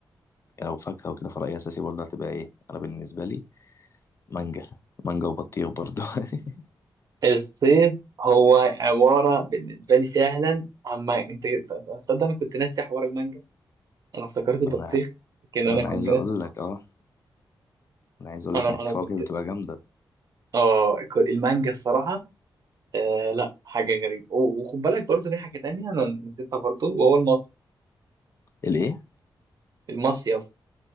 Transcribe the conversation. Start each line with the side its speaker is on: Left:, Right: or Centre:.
Left: يعني لو فاكهة وكده فرأيي أساسي برضه هتبقى إيه؟ أنا بالنسبة لي مانجا مانجا وبطيخ برضه <laughs>
Right: الصيف هو عباره بالنسبه لي فعلا عما انت تصدق انا كنت ناسي حوار المانجا انا افتكرت البطيخ
Left: ما أنا
Right: لكن
Left: ما
Right: انا
Left: أنا
Right: كنت
Left: عايز أقول
Right: ناسي حوار-
Left: لك أه أنا عايز أقول
Right: انا
Left: لك إن في
Right: انا
Left: فواكه
Right: كنت
Left: بتبقى جامدة
Right: اه كنت- المانجا الصراحه آه لا حاجه غريبه و- وخد بالك برضه في حاجه تانية انا نسيتها برضه وهو المصيف
Left: الإيه؟
Right: المصيف